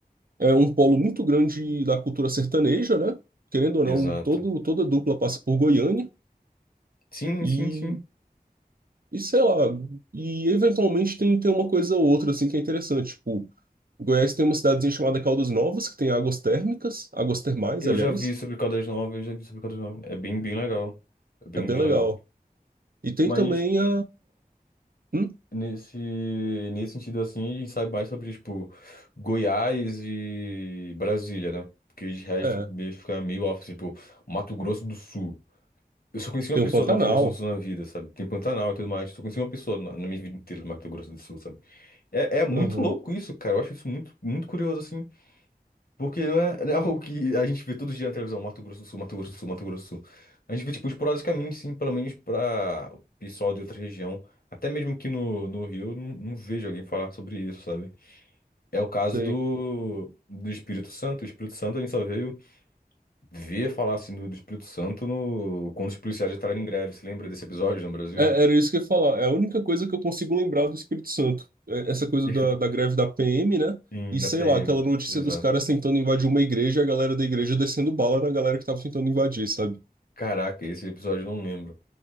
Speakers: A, on the right; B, on the left.
A: É um polo muito grande da cultura sertaneja, né? Querendo ou não,
B: exato.
A: todo, toda dupla passa por Goiânia
B: Sim,
A: e,
B: sim, sim.
A: e sei lá, e eventualmente tem, tem uma coisa ou outra assim que é interessante. Tipo, Goiás tem uma cidadezinha chamada Caldas Novas, que tem águas térmicas, águas termais,
B: Eu
A: aliás.
B: já vi sobre Caldas Novas, eu já vi sobre Caldas Novas. É bem, bem legal. É bem,
A: É bem
B: bem
A: legal.
B: legal.
A: E tem
B: Mas
A: também a. Hum?
B: nesse, nesse sentido assim, a gente sabe mais sobre, tipo, Goiás e Brasília, né? Porque de resto
A: É,
B: mesmo fica meio off, assim, tipo, Mato Grosso do Sul. Eu só conheci
A: tem
B: uma pessoa
A: o Pantanal.
B: do Mato Grosso do Sul na vida, sabe? Tem Pantanal e tudo mais. Só conheci uma pessoa na, na minha vida inteira do Mato Grosso do Sul, sabe? É, é muito
A: Aham.
B: louco isso, cara. Eu acho isso muito, muito curioso, assim. Porque não é, não é <laughs> algo que a gente vê todo dia na televisão, Mato Grosso do Sul, Mato Grosso do Sul, Mato Grosso do Sul. A gente vê, tipo, esporadicamente, sim, pelo menos pra o pessoal de outra região. Até mesmo aqui no, no Rio, eu não, não vejo alguém falar sobre isso, sabe? É o caso
A: Sei.
B: do, do Espírito Santo. O Espírito Santo a gente só veio ver falar, assim, do, do Espírito Santo no, quando os policiais entraram em greve. Você lembra desse episódio no Brasil?
A: É, era isso que eu ia falar. É a única coisa que eu consigo lembrar do Espírito Santo. É essa coisa
B: <laughs>
A: da, da greve da PM, né?
B: Sim,
A: E sei
B: da PM,
A: lá, aquela notícia
B: exato.
A: dos caras tentando invadir uma igreja e a galera da igreja descendo bala na galera que tava tentando invadir, sabe?
B: Caraca, esse episódio eu não lembro.